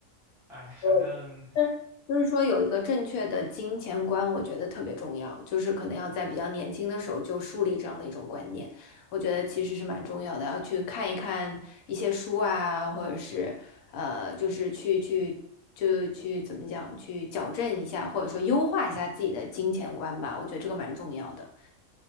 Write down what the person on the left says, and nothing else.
对，
就是就是说有一个正确的金钱观，我觉得特别重要，就是可能要在比较年轻的时候就树立这样的一种观念，我觉得其实是蛮重要的，要去看一看一些书啊，或者是呃，就是去去就去怎么讲，去矫正一下，或者说优化一下自己的金钱观吧，我觉得这个蛮重要的。